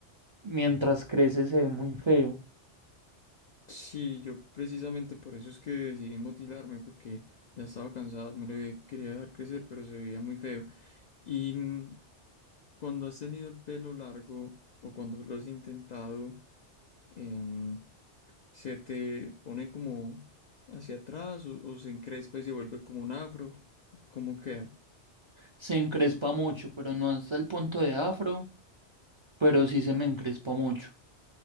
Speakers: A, on the right; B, on the left.
A: mientras crece se ve muy feo.
B: Sí, yo precisamente por eso es que decidí motilarme, porque ya estaba cansado, me lo de- quería dejar crecer, pero se veía muy feo. Y mm, cuando has tenido el pelo largo o cuando lo has intentado, em, se te pone como hacia atrás o, o se encrespa y se vuelve como un afro. ¿Cómo queda?
A: Se encrespa mucho, pero no hasta el punto de afro, pero sí se me encrespa mucho.